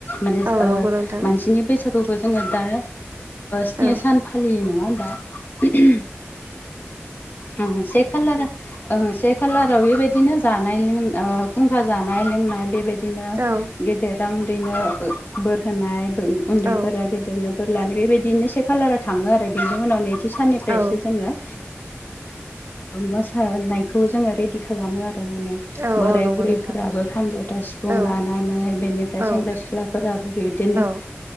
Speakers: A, on the left (about 45°); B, on the right (about 55°).
A: माने
B: औ
A: ओ
B: नंगौ नोंथां
A: मानसिनि बैसागुखौ जोंङो दा स्नि
B: औ
A: सान फालियो नङा होनबा ओ ओम
B: लांदां
A: अ सेेखालारा ओ से खालाराव बेबायदिनो जानाय लोंनाय खुंखा जानाय लोंनाय बेबायदि बिदिनो
B: औ
A: गेदेरा उन्दैनो बोर होनाय उन्दैफोरा
B: औ
A: गेदेरफोरनो गिदिरनि बोर लानाय बेबायदिनो से खालारा थाङो आरो बेनि उनाव नैथि साननिफ्रायसो
B: औ
A: जोङो मोसानायखौ जोङो रेडि खालामो आरो माने
B: औ
A: बोराय
B: औ नंगौ
A: बुरैफोराबो
B: नोंथां
A: खाम जथा सिफुं
B: औ
A: लानानै बेनिफ्राय
B: औ
A: सेंग्रा सिख्लाफोराबो बिदिनो
B: औ